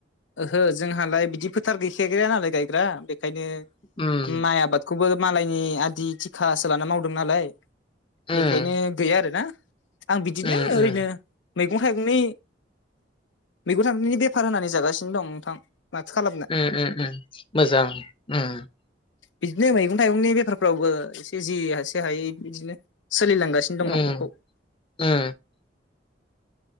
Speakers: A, on the left; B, on the left.
A: ओहो जोंहालाय बिदि फोथार गैखायाखै नालाय गायग्रा ओंखायनो
B: उम
A: माइ आबाद खौबो मालायनि आदि थिखासो लाना मावदों नालाय
B: उम
A: बेखायनो गैया आरो ना। आं बिदिनो
B: उम
A: ओरैनो
B: उम
A: मैगं थाइगंनि मैगं थाइगंनि बेफार होनानै जागासि नो दं नोंथां। माथो खालामनो
B: उम उम उम मोजां उम
A: बिदिनो मैगं थाइगंनि बेफारफ्रावबो इसे जि हासे हायो बिदिनो। सोलिलांगासिनो दं
B: उम
A: नखरखौ
B: उम